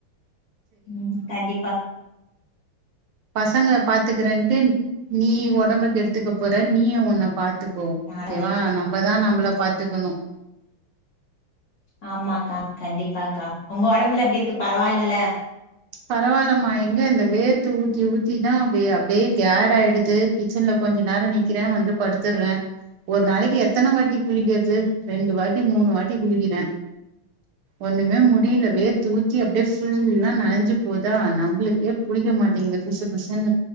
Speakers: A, on the left; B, on the right.
A: உம் கண்டிப்பா
B: பசங்களை பாத்துக்குறேன்ட்டு நீ ஒ உடம்ப கேடுத்துக்க போற நீ உ நாபாத்துக் பாதுப்போம்
A: நானு
B: ஓகே
A: அதே
B: வா
A: பண்
B: நம்மதான் நம்மள பாத்துக்கணும்
A: ஆமாக்கா கண்டிப்பாக்கா உங்க உடம்புல எப்படி இருக்கு பரவாயில்லல
B: பரவாயில்மா எங்க இந்த வேரத்து ஊத்தி ஊத்திதான் அப்படிய அப்படியே கேர் ஆயிடுது கிச்சன்ல கொஞ்ச நேரம் நிக்கிறேன் வந்து படுத்துடுறேன் ஒரு நாளைக்கு எத்தனை வாட்டி குளிக்கிறது ரெண்டு வாட்டி மூணு வாட்டி குளிக்கிறேன் ஒண்ணுமே முடியல வேரத்து ஊத்தி அப்படியே ஃபுல்லா நனைஞ்சு போதா நம்மளுக்கே புளிக்க மாட்டேங்குது பிசு பிசுன்னு